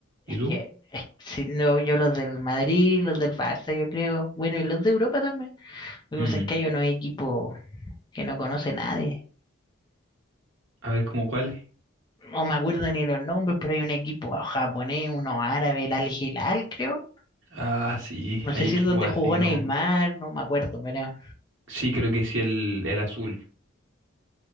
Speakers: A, on the left; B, on the right.
A: Es
B: ¿Y tú?
A: que, es que si no, yo los del Madrid, los del Barça, yo creo. Bueno, y los de Europa también. Lo
B: Mm,
A: que pasa es que hay unos equipos que no conoce nadie.
B: A ver, ¿cómo cuáles?
A: no me acuerdo ni los nombres, pero hay un equipo japonés, uno árabe, el Al Hilal, creo.
B: Ah, sí,
A: No
B: hay
A: sé si
B: equipos
A: es donde jugó
B: así que
A: Neymar,
B: no.
A: no me acuerdo, pero.
B: Sí, creo que sí, el, el azul.